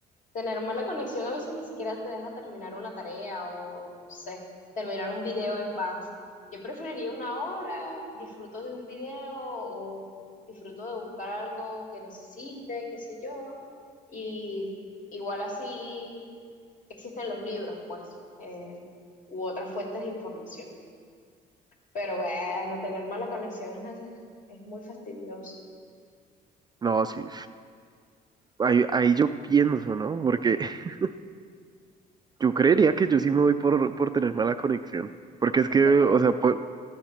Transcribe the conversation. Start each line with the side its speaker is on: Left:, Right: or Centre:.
Left: tener mala conexión a veces ni siquiera te deja terminar una tarea o, no sé, terminar un video en paz. Yo preferiría una hora, disfruto de un video o disfruto de buscar algo que necesite, qué sé yo. Y igual así existen los libros, pues, eh, u otras fuentes de información. Pero bueno, tener mala conexión es, es muy fastidioso.
Right: No, sí. Ahí, ahí yo pienso, ¿no? Porque <laughs> yo creería que yo sí me voy por, por tener mala conexión. Porque es
Left: ¿Ok?
Right: que, o sea, pon-